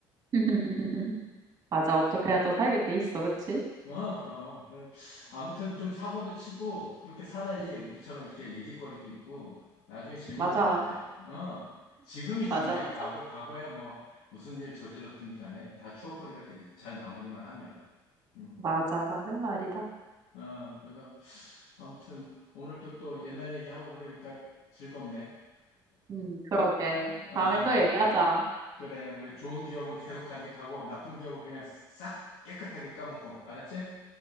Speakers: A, on the right (about 35°); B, on the left (about 85°).
A: <laughs> 맞아 어떻게든 또 살게 돼 있어 그치?
B: 어, 그럼. 그, 아무튼 좀 사고도 치고 그렇게 살아야지
A: 음.
B: 우리처럼 이렇게 얘기거리도 있고 나중에 재밌는
A: 맞아
B: 것 같아. 어. 지금이
A: 맞아
B: 중요해.
A: 맞아
B: 과거, 과거야 뭐 무슨 일 저질렀든지 간에 다 추억거리가 되지. 잘 마무리만 하면. 음.
A: 맞아 맞는 말이다
B: 어, 그래서 아무튼 오늘도 또 옛날 얘기하고 그러니까 즐겁네.
A: 음 그러게
B: 어.
A: 다음에 또 얘기하자
B: 그래, 우리 좋은 기억은 계속 간직하고 나쁜 기억은 그냥 싹 깨끗하게 까먹고, 알았지?